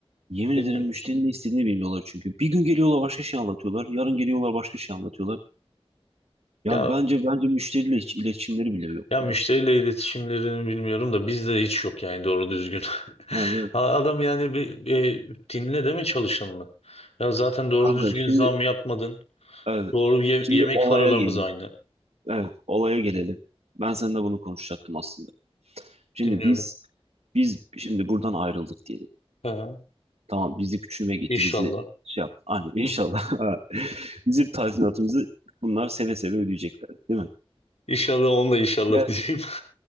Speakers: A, on the right; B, on the left.
A: Yemin
B: Bilmiyoruz.
A: ederim müşterinin ne istediğini bilmiyorlar çünkü. Bir gün geliyorlar başka şey anlatıyorlar. Yarın geliyorlar başka şey anlatıyorlar. Ya
B: Ya
A: bence bence müşteriyle hiç iletişimleri bile yok
B: ya
A: bunların.
B: müşteriyle iletişimlerini bilmiyorum da bizde hiç yok yani doğru düzgün. <laughs>
A: Evet, evet.
B: Adam yani bir e, dinle deme çalışanını. Ya zaten doğru
A: Kanka
B: düzgün
A: şimdi
B: zam yapmadın.
A: evet,
B: Doğru ye-
A: şimdi
B: yemek
A: olaya
B: paralarımız
A: gelelim.
B: aynı.
A: Evet, olaya gelelim. Ben seninle bunu konuşacaktım aslında. Şimdi
B: Dinliyorum.
A: biz biz şimdi buradan ayrıldık diyelim.
B: Ha,
A: Tamam bizi küçülmeye gitti
B: inşallah.
A: bizi şey yaptı. Hani inşallah <laughs> bizim tazminatımızı bunlar seve seve ödeyecekler değil mi?
B: İnşallah onu da inşallah
A: Yani
B: diyeyim.